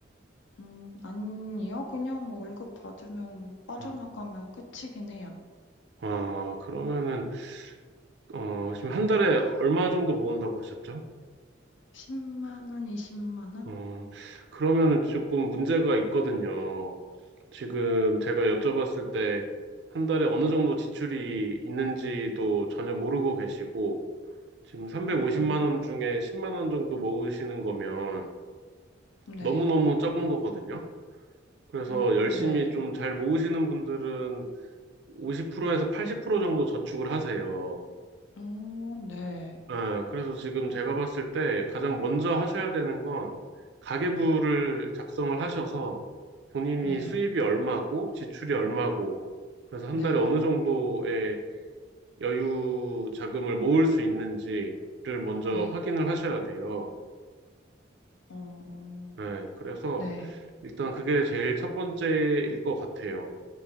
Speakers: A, on the left; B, on the right.
A: 음, 아니요. 그냥 뭐 월급 받으면 뭐 빠져나가면
B: 음.
A: 끝이긴 해요.
B: 어, 그러면은 어, 지금 한 달에 얼마 정도 모은다고 하셨죠?
A: 10만 원, 20만 원?
B: 어, 그러면은 조금 문제가 있거든요. 지금 제가 여쭤봤을 때 한 달에 어느 정도 지출이 있는지도 전혀 모르고 계시고, 지금 350만
A: 음,
B: 원 중에 10만 원 정도 모으시는 거면
A: 네.
B: 너무너무 적은 거거든요. 그래서
A: 어,
B: 열심히
A: 네.
B: 좀 잘 모으시는 분들은 50%에서 80% 정도 저축을 하세요.
A: 어, 네.
B: 예, 그래서 지금 제가 봤을 때 가장 먼저 하셔야 되는 건 가계부를 작성을 하셔서 본인이
A: 네.
B: 수입이 얼마고 지출이 얼마고 그래서 한
A: 네.
B: 달에 어느 정도의 여유 자금을 모을 수 있는지를 먼저
A: 네.
B: 확인을 하셔야 돼요.
A: 어,
B: 예, 그래서
A: 네.
B: 일단 그게 제일 첫 번째일 것 같아요.